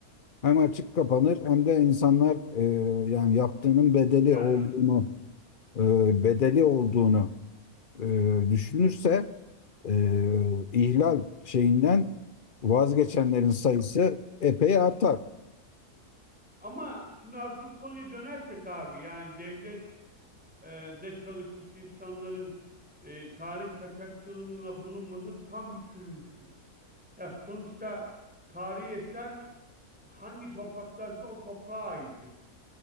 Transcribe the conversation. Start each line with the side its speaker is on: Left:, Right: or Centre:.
Left: hem açık kapanır hem de insanlar e, yani yaptığının bedeli
Centre: Biraz
Left: olduğunu
Centre: üzgünüm.
Left: e, bedeli olduğunu e, düşünürse e, ihlal şeyinden vazgeçenlerin sayısı epey artar.
Centre: Ama şimdi asıl konuya dönersek abi yani devlet e, de çalışmış insanların e, tarih kaçakçılığına bulunması tam bir çürümüşlük. Ya sonuçta tarihi eser hangi topraktaysa o toprağa aittir.